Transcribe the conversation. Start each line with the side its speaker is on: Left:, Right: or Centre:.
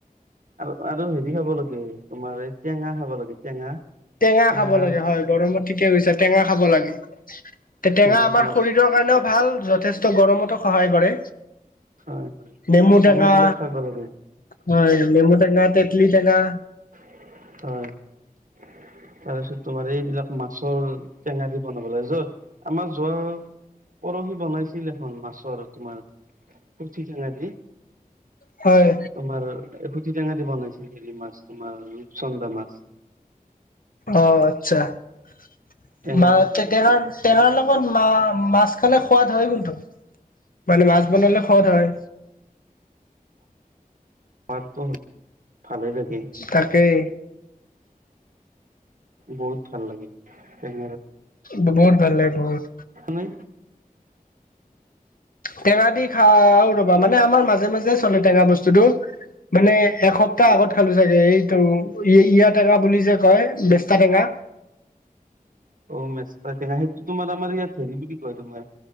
Right: আৰু আৰু হেৰি খাব লাগে তোমাৰ এই টেঙা খাব লাগে টেঙা।
Left: টেঙা
Right: টেঙাৰ
Left: খাব লাগে
Right: আঞ্জাবিলাক
Left: হয়, গৰমত ঠিকে গৈছে টেঙা খাব লাগে। টে-টেঙা
Right: টেঙা
Left: আমাৰ
Right: তোমাৰ
Left: শৰীৰৰ কাৰণেও ভাল যথেষ্ট গৰমতো সহায় কৰে।
Right: হয় হয়
Left: নেমু টেঙা।
Right: বিলাক খাব লাগে
Left: হয়, নেমু টেঙা তেতলি টেঙা।
Right: হয়, তাৰ পিছত তোমাৰ এইবিলাক মাছৰ টেঙা দি বনাব লাগে যত আমাৰ যোৱা পৰহি বনাইছিল এখন মাছৰ তোমাৰ কৰ্ঠি ঠেঙা দি।
Left: হয়,
Right: তোমাৰ <inaudible> টেঙা দি বনাইছিল হেৰি মাছ তোমাৰ ৰূপচন্দা মাছ।
Left: অ, আচ্ছআ, <inaudible>
Right: টেঙা দি বনাইছিল
Left: তেটৰাৰ লগত মা মাছ খে সোৱাদ হয় কিন্তু। মানে মাছ বনালে সোৱজ হয়।
Right: পাত ভালেই থাকে।
Left: তাকেই
Right: বহুত ভাল লাগে বেঙ
Left: বহুত ভাল ল বহুত।
Right: হয়।
Left: টেঙা দি খাও ৰবা মানে আমাৰ মাজে মাজে চলে টেঙা বস্তুটো মানে এসপ্তাহ আগত খালো চাগে এইটো ইয়া টেঙা বুলি যে কয় বেস্তা টেঙা।
Right: অ' মেচা টেঙা সেইটো তোমাৰ আমাৰ ইয়াত হেৰি বুলি কয় তোমাৰ